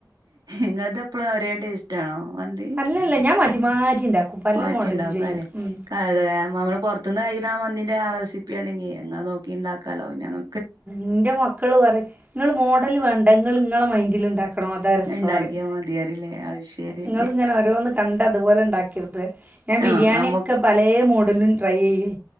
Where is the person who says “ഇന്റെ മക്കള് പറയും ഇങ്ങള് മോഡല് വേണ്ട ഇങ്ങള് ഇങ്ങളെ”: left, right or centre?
Right